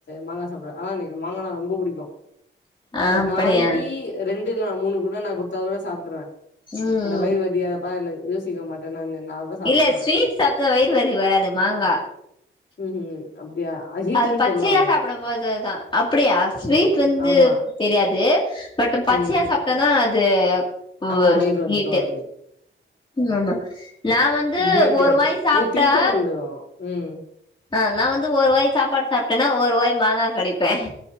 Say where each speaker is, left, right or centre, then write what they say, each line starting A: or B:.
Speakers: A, on the left; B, on the left.
A: மாங்கா சாப்டுவே ஆனா இன்னிக்கு மாங்கனா ரொம்ப பிடிக்கு
B: ஆ
A: ஒர்
B: அப்படியா
A: நாளிக்கி ரெண்டு இல்னா மூணுக்கூட நா குட்த்தா கூட சாப்ட்டுர்ரே
B: ம்
A: அந்த வயற் வலி அத பாக்னு யோசிக்வே மாட்ட நானு நாவ்வ சாப்புட்ருவே
B: இல்ல ஸ்வீட் சாப்ட்டா வயிறு வராது வராது மாங்கா
A: ம்ஹூம் அப்டியா ஹீட்டுன்னு
B: அது பச்சயா
A: சொல்லுவாங்க
B: சாப்படும் போதுதா அப்படியா ஸ்வீட்
A: ம்
B: வந்து
A: ஆமா
B: தெரியாது பட்டு பச்சையா
A: ம்
B: சாப்ட்டனா அது உவு
A: ஆமா வயிறு வலிக்கு
B: ஹீட்டு
A: அது
B: உ ஆமா நா வந்து
A: ஹீட்டு
B: ஒரு வாய் சாப்ட்டா
A: இது பிம்பிள் வந்துரு ம்
B: ஆ நா வந்து ஒரு வாய் சாப்பாடு சாப்ட்டன்னா ஒரு வாய் மாங்கா கடிப்பே